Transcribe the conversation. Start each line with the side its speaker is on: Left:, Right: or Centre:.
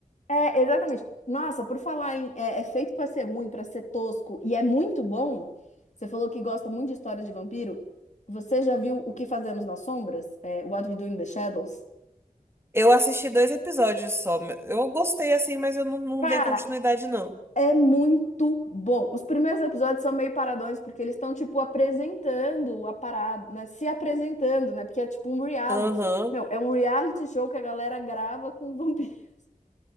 Left: É, exatamente. Nossa, por falar em é, é feito pra ser ruim, pra ser tosco e é muito bom. Você falou que gosta muito de história de vampiro. Você já viu O que Fazemos nas Sombras? É, What We Do in the Shadows?
Right: Eu assisti dois episódios só. Eu gostei assim, mas eu não, não
Left: Cara,
Right: dei continuidade, não.
Left: É muito bom. Os primeiros episódios são meio paradões, porque eles estão, tipo, apresentando a parada, né? Se apresentando, né? Porque é tipo um reality.
Right: Aham.
Left: Meu, é um reality show que a galera grava com vampiros. <laughs>